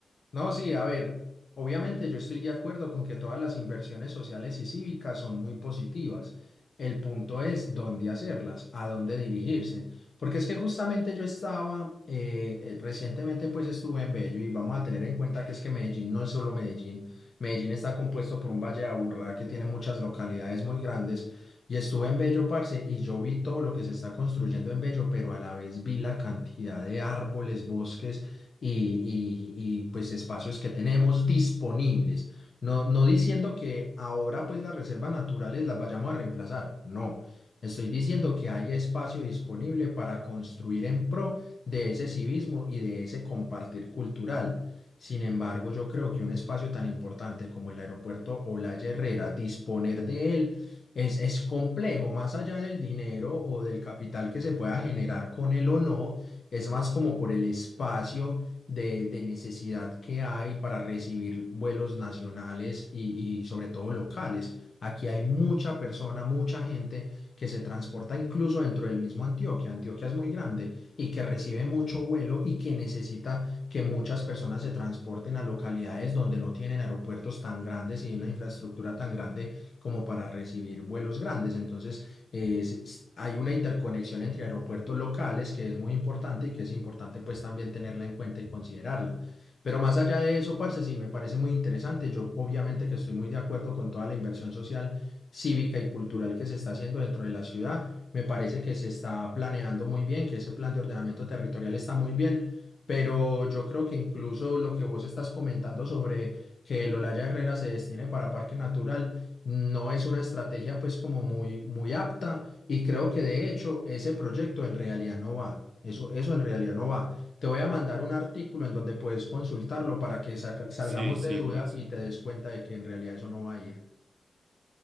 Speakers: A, on the left (about 50°); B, on the right (about 70°).
A: No, sí, a ver, obviamente yo estoy de acuerdo con que todas las inversiones sociales y cívicas son muy positivas. El punto es dónde hacerlas, a dónde dirigirse. Porque es que justamente yo estaba, eh, eh, recientemente pues estuve en Bello y vamos a tener en cuenta que es que Medellín no es solo Medellín. Medellín está compuesto por un valle de Aburrá que tiene muchas localidades muy grandes. Y estuve en Bello, parce, y yo vi todo lo que se está construyendo en Bello, pero a la vez vi la cantidad de árboles, bosques y, y- y, pues espacios que tenemos disponibles. No, no diciendo que ahora pues las reservas naturales las vayamos a reemplazar, no. Estoy diciendo que hay espacio disponible para construir en pro de ese civismo y de ese compartir cultural. Sin embargo, yo creo que un espacio tan importante como el aeropuerto Olaya Herrera, disponer de él es, es complejo, más allá del dinero o del capital que se pueda generar con él o no, es más como por el espacio de, de necesidad que hay para recibir vuelos nacionales y, y sobre todo locales. Aquí hay mucha persona, mucha gente que se transporta incluso dentro del mismo Antioquia. Antioquia es muy grande y que recibe mucho vuelo y que necesita que muchas personas se transporten a localidades donde no tienen aeropuertos tan grandes y una infraestructura tan grande como para recibir vuelos grandes. Entonces, es- hay una interconexión entre aeropuertos locales que es muy importante y que es importante pues también tenerla en cuenta y considerarla. Pero más allá de eso, parce, sí, me parece muy interesante. Yo obviamente que estoy muy de acuerdo con toda la inversión social, cívica y cultural que se está haciendo dentro de la ciudad. Me parece que se está planeando muy bien, que ese plan de ordenamiento territorial está muy bien. Pero yo creo que incluso lo que vos estás comentando sobre que el Olaya Herrera se destine para Parque Natural, no es una estrategia pues como muy, muy apta y creo que de hecho ese proyecto en realidad no va. Eso, eso en realidad no va. Te voy a mandar un artículo en donde puedes consultarlo para que saca- salgamos
B: Sí, sí,
A: de duda
B: parce.
A: y te des cuenta de que en realidad eso no va a ir.